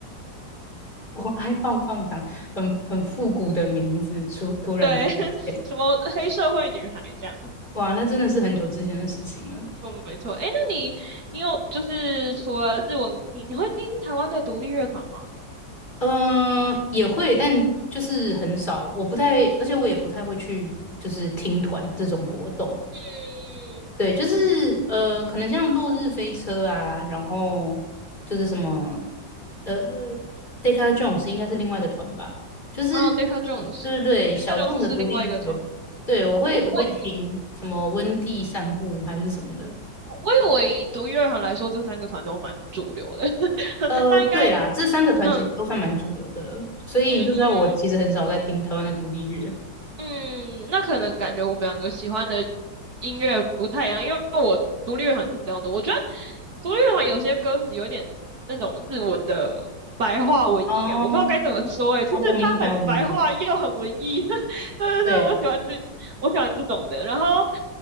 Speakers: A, on the left; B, on the right.
A: 我爱棒棒糖，很很复古的名字出突然出现，
B: <laughs> 对，什么黑社会女孩这样，
A: 哇，那真的是很久之前的事情了。
B: 就没错。哎，那你你有就是除了日文，你你会听台湾的独立乐团吗？
A: 嗯、也会，但就是很少，我不太，而且我也不太会去，就是听团这种活动，
B: 嗯，
A: 对，就是呃，可能像《落日飞车》啊，然后就是什么呃，Decca Jones 应该是另外一个团吧，就是这种对对对，
B: 然后 Deca Jones，嗯，Deca
A: 小众的独立音乐，
B: Jones 是另外一个团。
A: 对我会我会听什么温蒂散步还是什么的，
B: 哎，我我以为以独立乐团来说，这三个团都蛮主流的，<laughs>
A: 呃，
B: 但应该，
A: 对啦，这三个团其实都算蛮主流的了，
B: 嗯
A: 所以你就知道我其实很少在听台湾的独立乐。
B: 嗯嗯。嗯，那可能感觉我们两个喜欢的音乐不太一样，因为我独立乐团听比较多。我觉得独立乐团有些歌词有点那种日文的白话文艺感，
A: 哦，
B: 我不知道该怎么说诶、就是它很白话又很文艺。
A: 我我明白，我明白，
B: <laughs> 对对对，
A: 对。
B: 我喜欢这我喜欢这种的。然后